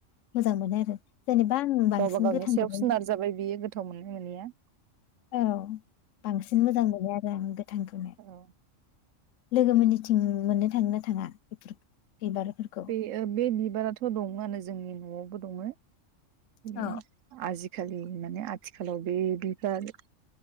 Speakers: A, on the left (about 75°); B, on the right (about 75°).
A: मोजां मोनो आरो जेनेबा आं बांसिन
B: गावबा गावनि
A: गोथांखौनो
B: सायाव सोनारजाबाय बियो गोथाव मोननाय मोनैया
A: औ बांसिन मोजां मोनो आरो आं गोथांखौनो
B: औ
A: लोगो मोननिथिं मोननो थाङोना थाङा? बिबारफोरखौ?
B: बे बे बिबाराथ' दङआनो जोंनि न'आवबो दङ'। बि
A: औ
B: आजि आजिखालि माने आथिखालाव बे बिबार